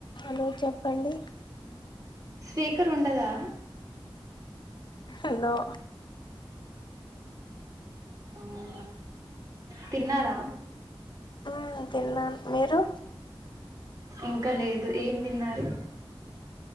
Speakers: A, on the left (about 55°); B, on the right (about 40°).
A: Hello చెప్పండి
B: speaker ఉండదా
A: hello
B: అవునా తిన్నారా
A: ఆ తిన్నాను మీరు
B: ఇంకా లేదు ఏం తిన్నారు